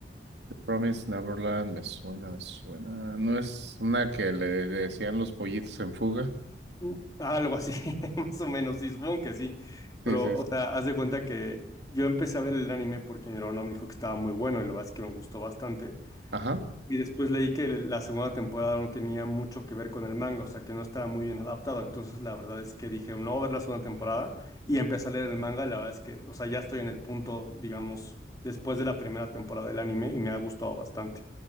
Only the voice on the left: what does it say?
Mm, Algo así, <laughs> más o menos, sí, supongo que sí. Pero,
o
sea, haz de cuenta que yo empecé a ver el anime porque mi hermano me dijo que estaba muy bueno y la verdad es que me gustó bastante.
Y después leí que la segunda temporada no tenía mucho que ver con el manga, o sea, que no estaba muy bien adaptado. Entonces, la verdad es que dije, no voy a ver la segunda temporada y empecé a leer el manga. y La verdad es que, o sea, ya estoy en el punto, digamos, después de la primera temporada del anime y me ha gustado bastante.